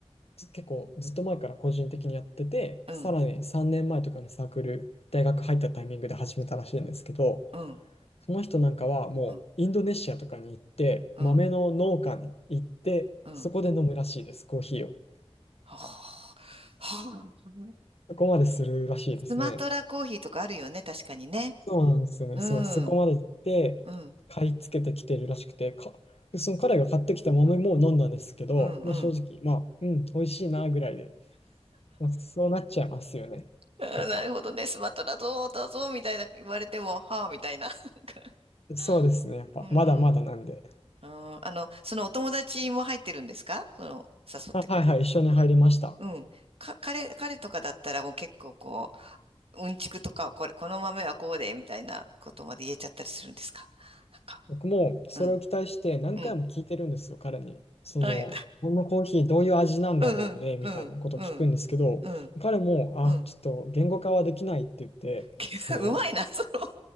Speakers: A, on the left; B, on the right.
A: ず結構ずっと前から個人的にやってて、
B: うん、
A: さらに3年前とかにサークル、大学入ったタイミングで始めたらしいんですけど、
B: うん、
A: その人なんかはもうインドネシアとかに行って、
B: うん、うん、
A: 豆の農家に行って、
B: うん。
A: そこで飲むらしいです、コーヒーを。
B: はあ、はあ
A: そこまでするらしいですね。
B: スマトラコーヒーとかあるよね、確かにね。
A: そうなんですよね。
B: うん、
A: そう、そこまで行って、
B: うん、うん、
A: 買い付けてきてるらしくて、か、でその彼が買ってきた豆も飲んだんですけど、
B: うん。
A: まあ正直、まあ、うん、美味しいなぐらいで、まあ、そうなっちゃいますよね。
B: あーなるほどね、
A: やっぱ。
B: スマトラどうだぞ、みたいな言われても、はあ、みたいな。<laughs>
A: そうですね。やっぱ、
B: うん。
A: まだまだなんで。
B: あーあの、そのお友達も入ってるんですかその、誘ってくれ。
A: あ、はいはい、一緒に入りました。
B: うん。か、彼、彼とかだったらもう結構こう、うんちくとか、これ、この豆はこうで、みたいなことまで言えちゃったりするんですかなんか、
A: 僕もそれを期待して何回も聞いてるんですよ、
B: うん、うん。
A: 彼に。その、
B: はい
A: このコーヒーどういう味なんだろうね、
B: うんうんうんうん
A: みたいなことを聞くんですけど、彼も、あ、
B: うん。
A: ちょっと言語化はできないって言って、
B: <laughs>
A: その、
B: うまいな、その。